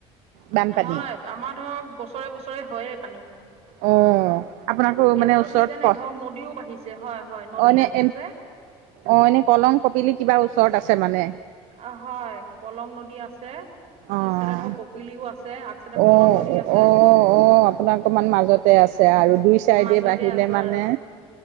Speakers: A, on the right; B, on the right.
A: বানপানী
B: হয় আমাৰ ধৰক বছৰে বছৰে হয়েই পানী।
A: অ', আপোনাকো মানে
B: এইটোতো
A: ওচৰত
B: চিজনে
A: ক
B: ধৰক নদীও বাঢ়িছে হয় হয় নদী
A: অ', এনে
B: আছে
A: এ
B: যে।
A: অ এনেই কলং কপিলি কিবা ওচৰত আছে মানে?
B: অ হয় কলং নদী আছে,
A: অ',
B: পিছতে ধৰক কপিলিও আছে। আগ চাইডে
A: অ
B: কলং নদী আছে
A: অ অহ আপোনাৰ অকমান মাজতে আছে আৰু দুই চাইডে
B: মাজতে
A: বা আহিলে
B: আছো
A: মানে
B: আৰু